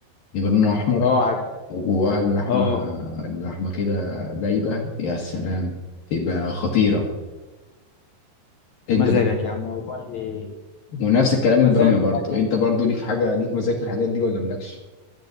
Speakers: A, on the left; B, on the left.
A: يبقى لونها أحمر
B: اه عارف
A: وجواها اللحمة
B: اه
A: اللحمة كده دايبة يا سلام تبقى خطيرة أنت
B: يا مزاجك
A: بت...
B: يا عم والله
A: ونفس الكلام البامية
B: مزاجك
A: برضو
B: في الاكل
A: أنت
B: حلو
A: برضو ليك حاجة ليك مزاج في الحاجات دي ولا مالكش؟